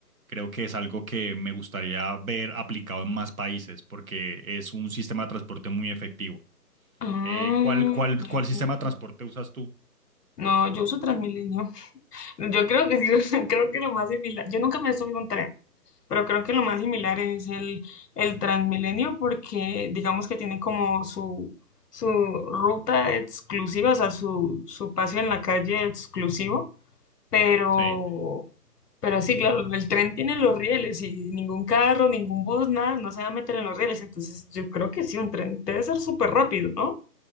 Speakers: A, on the right (about 60°); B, on the left (about 70°).
A: Creo que es algo que me gustaría ver aplicado en más países porque es un sistema de transporte muy efectivo.
B: Ah,
A: Eh, ¿cuál, cuál,
B: ok.
A: cuál sistema de transporte usas tú?
B: No, yo uso Transmilenio. Yo creo que sí, <laughs> creo que lo más similar, yo nunca me subí a un tren, pero creo que lo más similar es el, el Transmilenio porque digamos que tiene como su, su ruta exclusiva, o sea, su, su paseo en la calle exclusivo, pero,
A: Sí.
B: pero sí, claro, el tren tiene los rieles y ningún carro, ningún bus, nada, no se va a meter en los rieles, entonces yo creo que sí, un tren debe ser súper rápido, ¿no?